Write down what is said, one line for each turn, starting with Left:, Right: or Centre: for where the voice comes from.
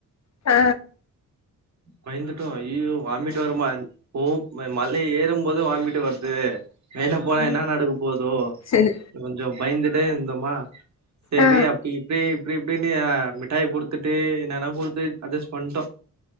Left: ஆ
Right: பயந்துட்டோ அய்யியோ வாமிட்டு் வருமா போ மல ஏறும்போது வாமிட்வர்து மேல போனா
Left: ம்
Right: என்ன நடக்க போதோ
Left: சரி
Right: கொஞ்சோ பயந்துட்டே இருந்தோமா சேரி
Left: ஆ
Right: அப்டி இப்டி இப்டி இப்டின்னு நீ மிட்டாய குடுத்துட்டு என்னென்னா குடுத்து அட்ஜஸ்ட் பண்ணிடோ